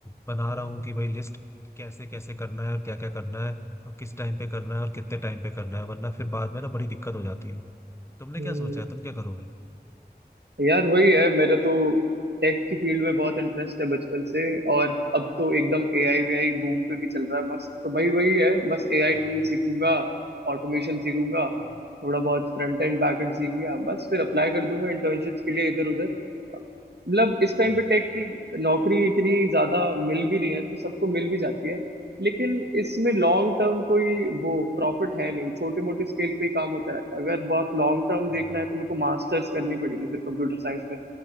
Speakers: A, on the left; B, on the right.
A: बना रहा हूँ कि भाई लिस्ट कैसे कैसे करना है और क्या क्या करना है और किस टाइम पे करना है और कितने टाइम पे करना है वरना फिर बाद में ना बड़ी दिक्कत हो जाती है तुमने
B: हम्म,
A: क्या सोचा है तुम क्या करोगे
B: यार वही है मेरा तो टेक की फील्ड में बहुत इंटरेस्ट है बचपन से और अब तो एकदम एआई वीआई बूम पे भी चल रहा है मस्त तो भाई वही है बस एआई
A: हाँ
B: टूल
A: हाँ
B: सीखूंगा ऑटोमेशन सीखूंगा
A: हाँ,
B: थोड़ा बहुत फ्रंट एंड बैक एंड सीख लिया बस फिर अप्लाई कर दूंगा इंटर्नशिप्स के लिए इधर उधर मतलब इस
A: अच्छा,
B: टाइम पे टेक की नौकरी इतनी ज्यादा मिल भी रही है तो सबको मिल भी जाती है लेकिन इसमें लॉन्ग टर्म कोई वो प्रॉफिट है नहीं छोटे मोटे स्केल पे ही काम होता रहता है अगर बहुत लॉन्ग टर्म
A: हाँ,
B: देखना
A: हाँ,
B: है तो मेरे को मास्टर्स करनी पड़ेगी फिर कंप्यूटर साइंस में